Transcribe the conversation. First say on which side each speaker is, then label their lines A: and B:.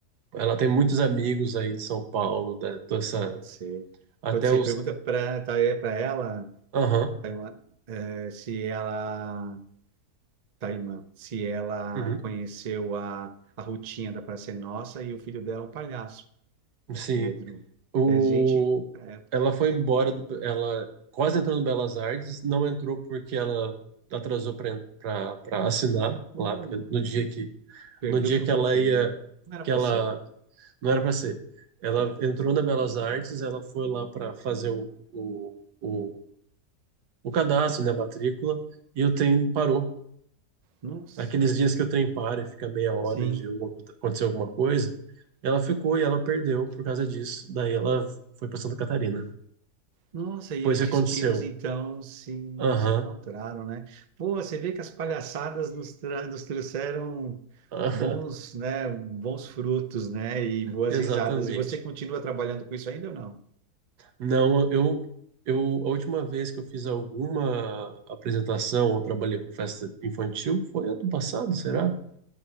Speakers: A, on the right; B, on the right.
A: Ela tem muitos amigos aí de São Paulo, da, dessa,
B: pode ser.
A: até
B: Pode ser.
A: os.
B: Pergunta para para ela,
A: Aham,
B: Taiwan, eh, se ela, Taimã, se ela
A: uhum,
B: conheceu a, a Rutinha da Praça é Nossa e o filho dela é um palhaço, é
A: sim.
B: Pedro.
A: O,
B: É gente, é,
A: ela foi embora, do, ela quase entrou no Belas Artes, não entrou porque ela atrasou para assinar lá,
B: uh,
A: porque no dia que,
B: perdeu
A: no dia
B: por
A: que
B: bobeira.
A: ela ia,
B: Não era
A: que
B: para
A: ela
B: ser,
A: não era para ser. Ela
B: né?
A: entrou na Belas Artes, ela foi lá para fazer o, o, o o cadastro, né, a matrícula, e o trem parou.
B: Nossa,
A: Aqueles dias que o trem para e fica meia hora
B: sim.
A: de alguma- acontecer alguma coisa, ela ficou e ela perdeu por causa disso. Daí ela foi para Santa Catarina.
B: Nossa, e
A: Foi
B: os
A: isso que
B: destinos
A: aconteceu.
B: então se,
A: Aham,
B: se encontraram, né? Pô, você vê que as palhaçadas nos, tra- nos trouxeram
A: aham,
B: bons,
A: <laughs>
B: né, bons frutos, né, e boas
A: exatamente.
B: risadas. E você continua trabalhando com isso ainda ou não?
A: Não, eu, eu, a última vez que eu fiz alguma apresentação ou trabalhei com festa infantil foi ano passado, será?